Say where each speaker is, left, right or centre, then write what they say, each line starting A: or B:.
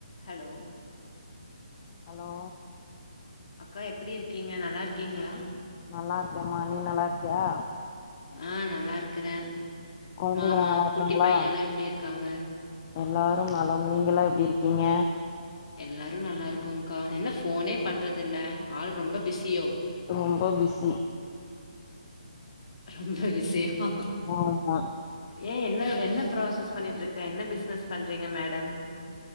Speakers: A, on the left (about 55°); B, on the left (about 30°).
A: Hello
B: hello
A: அக்கா எப்டி இருக்கீங்க நல்லார்க்கீங்ளா
B: நல்லார்க்கேமா நீ நல்லார்க்கியா
A: ஆ நல்லாருக்கறே
B: கொழந்தைகளா
A: மாமா
B: நல்லா இருக்காங்களா
A: குட்டி பையலா எப்டி இருக்காங்க
B: எல்லாரும் நலம் நீங்கலா எப்டி இருக்கீங்க
A: எல்லாரு நல்லாருக்கோங்க்கா என்ன ஃபோனேப் பண்றதில்ல ஆள் ரொம்ப பிஸியோ
B: ரொம்ப பிஸி
A: ரொம்ப பிஸி யா
B: ஆமா
A: ஏ என்ன என்ன ப்ராசஸ் பண்ணிட்டுருக்க என்ன பிஸ்னஸ் பண்றீங்க மேடம்